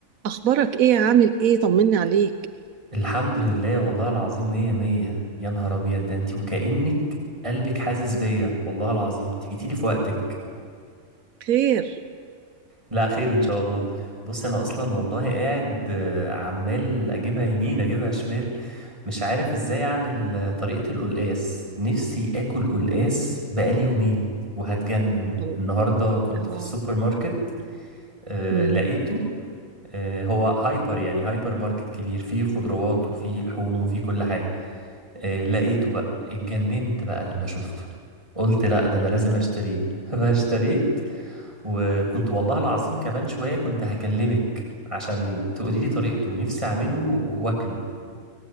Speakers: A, on the right; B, on the right.
A: اخبارك ايه عامل ايه طمني عليك
B: الحمد لله والله العظيم مية مية يا نهار أبيض ده انتي وكأنك قلبك حاسس بيا والله العظيم انت جيتيلي في وقتك
A: خير
B: لا خير إن شاء الله بص أنا أصلا والله قاعد آه، عمال أجيبها يمين أجيبها شمال مش عارف إزاي أعمل آه، طريقة القلقاس نفسي آكل قلقاس بقالي يومين وهتجنن
A: الله
B: النهاردة كنت
A: اه
B: في السوبر ماركت آه،
A: مم.
B: لقيته آه، هو هايبر يعني هايبر ماركت كبير فيه خضروات وفيه لحوم وفيه كل حاجة إيه لقيته بقى اتجننت بقى لما شفته قلت لا ده انا لازم اشتريه <laughs> فاشتريت وكنت والله العظيم كمان شوية كنت هكلمك عشان تقولي لي طريقته نفسي اعمله واكله